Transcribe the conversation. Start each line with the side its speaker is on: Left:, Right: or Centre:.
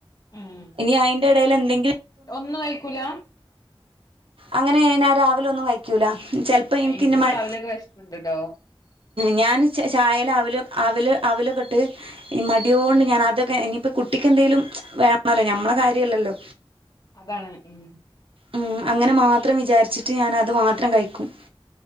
Left: ഉം
Right: ഇനി അയിന്റെ- എന്തെിലും <unintelligible>
Left: ഒന്നും കഴിക്കൂല
Right: അങ്ങനെ ആയാല് രാവിലെ ഒന്നും കഴിക്കൂല ചിലപ്പോ
Left: എനിക്ക്
Right: ഇന്ന മഴ
Left: രാവിലെയൊക്കെ വെശ്പ്പുണ്ടല്ലോ
Right: ഞാൻ ചായ ല് അ വില് അ അവൽ അവലൊക്കെട്ട് ഈ മടിയ കൊണ്ട്
Left: ഉം
Right: ഞാനതക്കെ ഇനിയിപ്പോം- കുട്ടിക്ക്ന്തേലും വേണല്ലോ ഞമ്മളെ കാര്യല്ലല്ലോ
Left: അതാണ് ഉം
Right: ഉം അങ്ങനെ മാത്രം വിചാരിച്ചിട്ട് ഞാൻ അത് മാത്രം കഴിക്കും